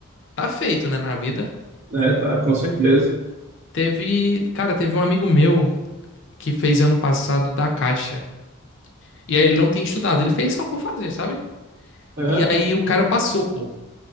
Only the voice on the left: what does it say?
tá feito, né, na vida.
Teve, cara, teve um amigo meu que fez ano passado da Caixa. E aí ele não tinha estudado, ele fez só por fazer, sabe?
E aí o cara passou, pô.